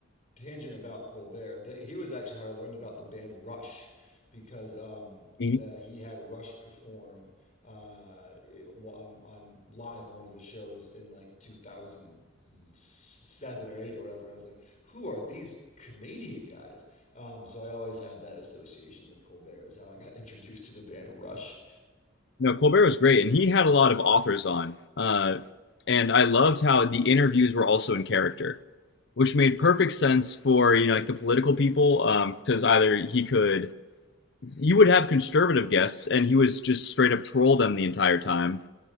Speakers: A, on the left; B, on the left.
A: tangent about Colbert, they, he was actually how I learned about the band Rush because um,
B: Mhm.
A: the, he had Rush perform uh, on on live on one of his shows in like 2007 or eight or whatever, and I was like, who are these Canadian guys? Um, so I always had that association with Colbert is how I got <laughs> introduced to the band Rush.
B: No, Colbert was great, and he had a lot of authors on. Uh, and I loved how the interviews were also in character. which made perfect sense for you know like the political people um, because either he could you would have conservative guests and he was just straight up troll them the entire time